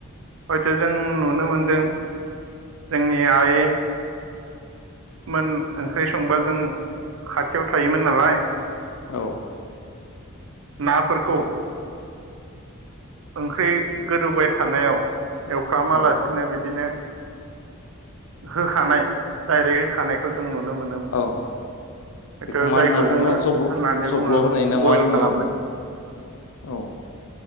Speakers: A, on the right; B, on the left.
A: हयथ' जों नुनो मोनदों जोंनि आइ। मोन ओंख्रि संबा जों खाथियाव थायोमोन नालाय
B: औ
A: नाफोरखौ ओंख्रि गोदौबाय थानायाव एवफ्रा मालासे
B: औ
A: बि बिदिनो होखानाय डाइरेक्ट होखानायखौ जों नुनो मोनोमोन।
B: औ बेखौ
A: थ
B: मा
A: जायखौ
B: होनना बुङो
A: जोंङो
B: जब्ल'
A: होननानै
B: जब्ल'
A: बुंङो
B: होनाय ना
A: बयल
B: मा बुङो
A: खालामनाय
B: औ